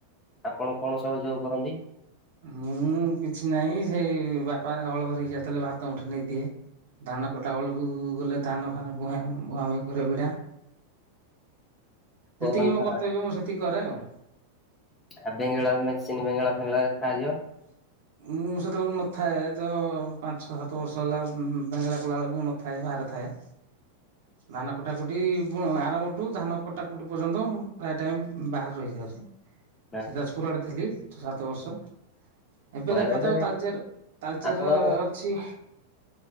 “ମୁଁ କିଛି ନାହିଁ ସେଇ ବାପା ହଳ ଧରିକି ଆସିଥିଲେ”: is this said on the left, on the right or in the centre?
Right